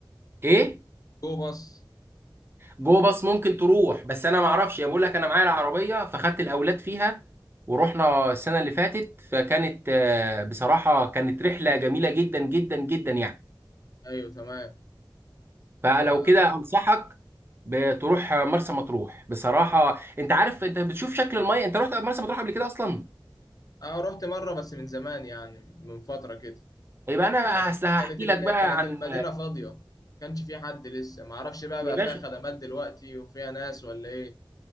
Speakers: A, on the right; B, on the left.
A: ايه
B: جو باص
A: جو باص ممكن تروح بس انا ما اعرفش بقول لك انا معايا العربيه فخدت الاولاد فيها ورحنا السنه اللي فاتت فكانت آه، بصراحه كانت رحله جميله جدا جدا جدا يعني
B: ايوه تمام
A: فلو
B: ف...
A: كده انصحك بتروح مرسى مطروح بصراحه انت عارف انت بتشوف شكل الميه انت رحت مرسى مطروح قبل كده اصلا
B: اه رحت مره بس من زمان يعني من فتره كده
A: يبقى انا
B: كانت
A: اصل هحكي
B: كانت ال-
A: لك بقى
B: كانت
A: عن
B: المدينه فاضيه كانش في حد لسه ما اعرفش بقى
A: يا
B: بقى
A: باشا
B: فيها خدمات دلوقتي وفيها ناس ولا ايه